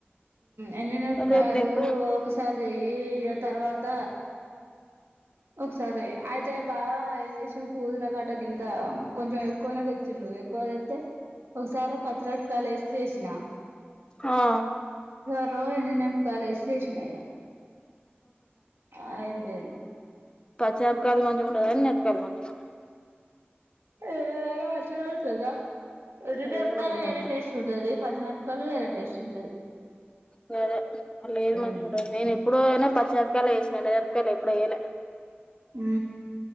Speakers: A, on the right; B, on the left.
A: ఎన్ని నరపయలు
B: రేపు తెంపా
A: ఒకసారి చెయ్యి తర్వాత ఒకసారి అయితే బాగా ఏం చేసాం పూదు నా కట్ కంది కొంచెం ఎక్కువనే తెచ్చిండు క్క ఎతే ఒకసారి పచ్చలొట్కాయలు వేసి చేసిన
B: హా
A: <unintelligible> కాల్ చేేషిన ఇగ అయిపో
B: పచ్చిమెరపకాయలు మంచిగా ఉంటదా ఎనపకాయలు మంచిగా ఉంట
A: అ రాలా వాచ్చిన ఉట్ంద ఒట్టిమేరపకాయలు
B: వేరు మంచిగా
A: వేరే
B: ఉండవు
A: టేస్ట్ ఉంటది పచ్చిమీరపకాయలు వేరే టేస్ట్ ఉంటుది
B: లేదే అ లేదు
A: ఉమ్
B: మ నేను ఎప్పుడు అయినా పచ్చిమిరపకాయలు వేసిన ఎండు మిరపకాయల్ ఎప్పుడూ వెయ్యలే
A: ఊ